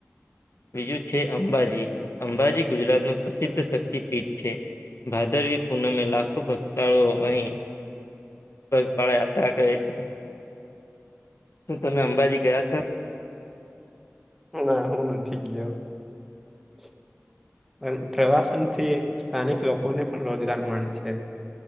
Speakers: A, on the left (about 60°); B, in the centre.
A: બીજું છે અંબાજી અંબાજી ગુજરાત નું પ્રસિદ્ધ શક્તિપીઠ છે. ભાદરવી પૂનમમે લાખો ભક્ત. તળો અહી પગપાળા યાત્રા કહે છે. તો તમે અંબાજી ગયા છો.
B: ના હું ના ઠ ગયો. <inaudible> પણ પ્રવાસનથી સ્થાનિક લોકોને પણ રોજગાર મળે છે.